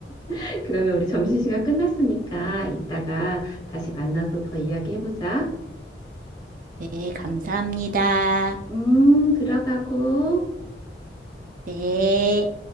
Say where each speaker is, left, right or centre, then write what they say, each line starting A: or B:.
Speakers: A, on the left; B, on the right.
A: <laughs> 그러면 우리 점심시간 끝났으니까 이따가 다시 만나서 더 이야기해보자.
B: 네, 감사합니다.
A: 음, 들어가고.
B: 네.